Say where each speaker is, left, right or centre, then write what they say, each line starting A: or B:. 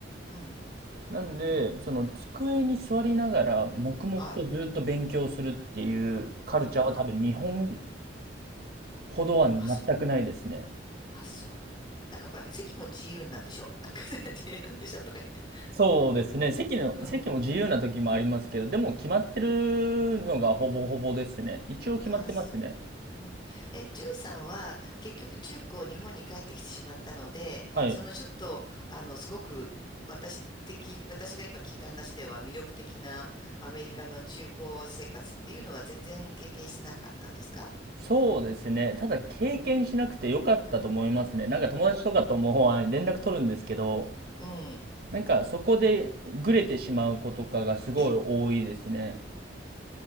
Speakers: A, on the left; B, on the right.
A: うん。
B: なんで、その机に座りながら黙々とずっと勉強するっていうカルチャーは多分日本
A: はい。うん。
B: ほどは全くないですね。
A: あ、そあ、そう。なんかほら、席も自由なんでしょなんか <laughs> 自由なんでしょとか言って。
B: そうですね。席の、
A: うん。
B: 席も自由な時もありますけど、でも決まってるのがほぼほぼですね。一応決まってますね。
A: あ、そう。うん、え、ジュンさんは結局中高日本に帰ってきてしまったので、
B: はい。
A: そのちょっと、あの、すごく私的、私が今聞いた話では魅力的なアメリカの中高生活っていうのは全然経験してなかったんですか
B: そうですね。ただ経験しなくてよかったと思いますね。なんか友達とかともあ連絡取るんですけど、
A: お、うん。
B: なんかそこでぐれてしまう子とかがすごい多いですね。
A: え、